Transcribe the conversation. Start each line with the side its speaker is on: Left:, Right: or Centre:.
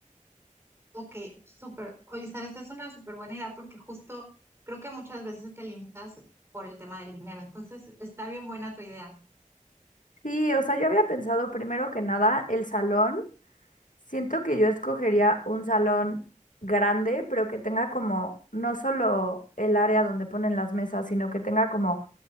Right: Ok, súper. Oye, sabes, es una súper buena idea porque justo creo que muchas veces te limitas por el tema del dinero. Entonces, está bien buena tu idea.
Left: Sí, o sea, yo había pensado primero que nada el salón. Siento que yo escogería un salón grande, pero que tenga como no solo el área donde ponen las mesas, sino que tenga como,